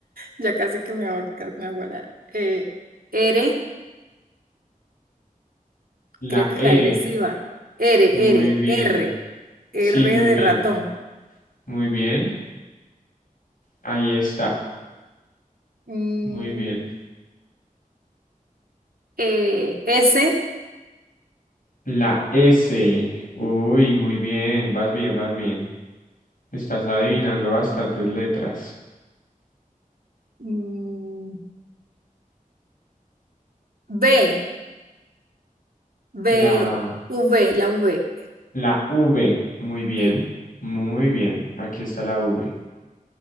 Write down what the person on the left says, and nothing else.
La
R.
Muy
bien.
Sí, muy
bien.
Muy bien. Ahí está.
Muy bien.
La S. Uy, muy bien. Vas bien, vas bien. Estás adivinando bastantes letras.
La,
la V. Muy bien.
Muy bien. Aquí está la V.